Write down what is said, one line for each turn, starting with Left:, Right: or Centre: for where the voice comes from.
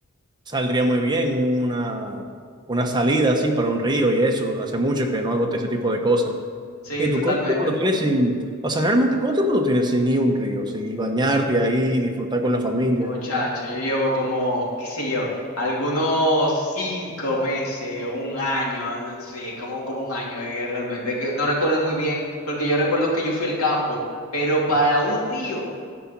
Right: saldría muy bien una, una salida así para un río y eso. Hace mucho que no hago ese tipo de cosas.
Left: sí,
Right: ¿Y tú
Left: totalmente.
Right: cuánto tiempo tú tienes sin, o sea, realmente cuánto tiempo tú tienes sin ir a un río, sin bañarte ahí, disfrutar con la familia?
Left: Muchacho, yo llevo como, qué sé yo, algunos cinco meses, o un año, sí, como, como un año eh, realmente, que no recuerdo muy bien, porque yo recuerdo que yo fui al campo, pero para un río.